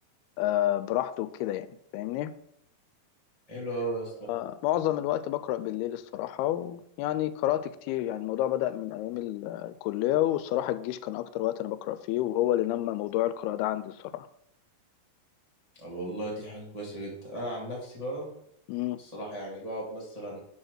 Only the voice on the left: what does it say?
آه، براحتي وكده يعني فاهمني
فمعظم الوقت بقرأ بالليل الصراحة ويعني قرأت كتير يعني الموضوع بدأ من أيام ال- الكلية والصراحة الجيش كان أكتر وقت أنا بقرأ فيه وهو اللي نمى موضوع القراءة ده عندي الصراحة
امم